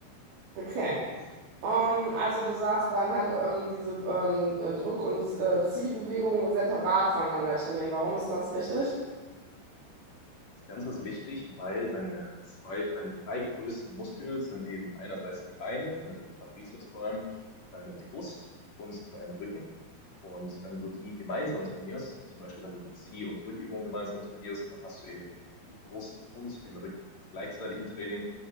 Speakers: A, on the right; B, on the left.
A: Okay. Ähm, also du sagst dann halt ähm, diese ähm, äh, Drück- und äh, Ziehbewegungen separat voneinander trainieren. Warum ist das wichtig?
B: Das Ganze ist wichtig, weil deine zwei, deine drei größten Muskeln sind eben einerseits die Beine mit dem Quadrizeps vor allem, deine Brust und dein Rücken. Und wenn du die gemeinsam trainierst, zum Beispiel wenn du die Zieh- und Drückübung gemeinsam trainierst, dann hast du eben die Brust und den Rücken gleichzeitig im Training